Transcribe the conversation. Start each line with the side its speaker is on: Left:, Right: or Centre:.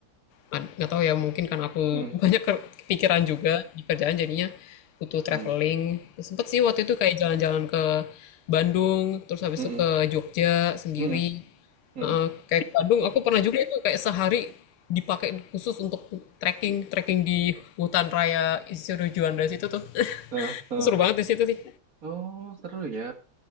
Left: An- nggak tahu ya mungkin kan aku
Right: hmm,
Left: <laughs> banyak pikiran juga di kerjaan jadinya butuh traveling
Right: hmm,
Left: sempet sih waktu itu kayak jalan-jalan ke Bandung terus habis
Right: hmm,
Left: itu
Right: hmm,
Left: ke
Right: hmm,
Left: Jogja sendiri
Right: hmm. hmm,
Left: Eh, kayak ke Bandung aku pernah juga itu kayak sehari dipakai khusus untuk trekking trekking di hutan raya Insinyur Juanda situ tuh <laughs>
Right: Eh, eh.
Left: seru banget di situ sih
Right: Oh, seru ya.